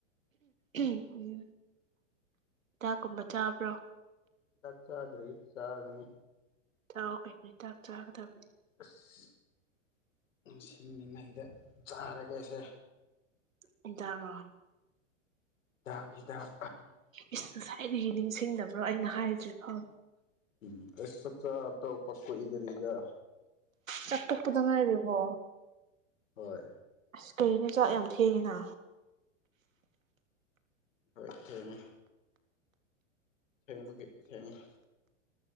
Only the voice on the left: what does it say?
ꯆꯥꯛ ꯆꯥꯗ꯭ꯔꯤ ꯆꯥꯒꯅꯤ
ꯑꯁ ꯅꯤꯡꯁꯤꯡꯅꯤꯉꯩꯗ ꯆꯥꯔꯒꯦꯁꯦ
ꯍꯤꯗꯥꯛ ꯍꯤꯗꯥꯛ
ꯎꯝ ꯑꯁ ꯆꯥꯛꯆꯥ ꯑꯇꯣꯞꯄ ꯀꯨꯏꯗ꯭ꯔꯤꯗ
ꯍꯣꯏ
ꯍꯣꯏ ꯊꯦꯡꯉꯦ ꯊꯦꯡꯕꯒꯤ ꯊꯦꯡꯉꯦ